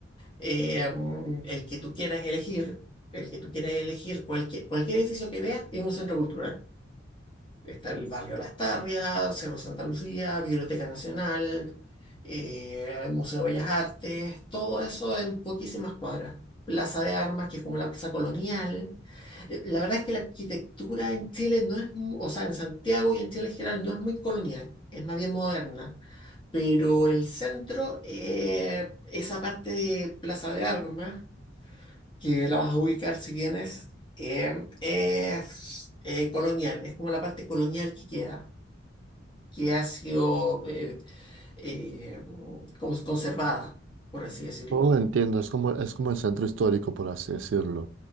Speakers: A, on the left; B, on the right.
A: Eh, mm, el que tú quieras elegir, el que tú quieras elegir, cualquier, cualquier edificio que veas es un centro cultural. Está el barrio Las Tarrias, Cerro Santa Lucía, Biblioteca Nacional, eh, el Museo de Bellas Artes, todo eso en poquísimas cuadras. Plaza de Armas, que es como la plaza colonial. Eh, La verdad es que la arquitectura en Chile no es, mu- o sea, en Santiago y en Chile en general no es muy colonial, es más bien moderna. Pero el centro, eh, esa parte de Plaza de Armas, que la vas a ubicar si vienes, eh, es eh, colonial, es como la parte colonial que queda, que ha sido eh, eh, como conservada, por así decirlo.
B: Oh, entiendo, es como, es como el centro histórico, por así decirlo.